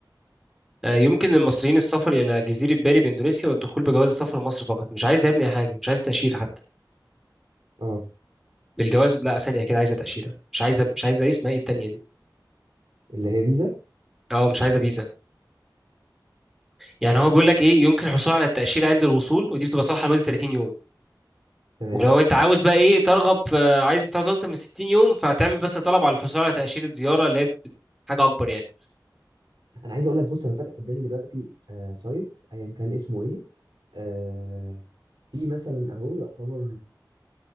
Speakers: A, in the centre; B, on the right.
A: آه، يمكن للمصريين السفر إلى جزيرة بالي بإندونيسيا والدخول بجواز السفر لمصر فقط مش عايز يا ابني حاجة مش عايز تأشيرة حتى
B: آه،
A: بالجواز لا ثانية كده عايزة تأشيرة مش عايزة مش عايزة إيه اسمها إيه التانية دي
B: اللي هي فيزا
A: أه مش عايزة فيزا يعني هو بيقول لك ايه يمكن الحصول على التأشيرة عند الوصول ودي بتبقى صالحة لمدة 30 يوم
B: تمام
A: ولو انت عاوز بقى ايه ترغب في عايز انت تقعد اكتر من 60 يوم فهتعمل بس طلب على الحصول على تأشيرة زيارة اللي هي حاجة اكبر يعني
B: انا عايز اقول لك بص انا فاتح قدامي دلوقتي آه سايت ايا كان اسمه ايه آه، في مثلا اهو يعتبر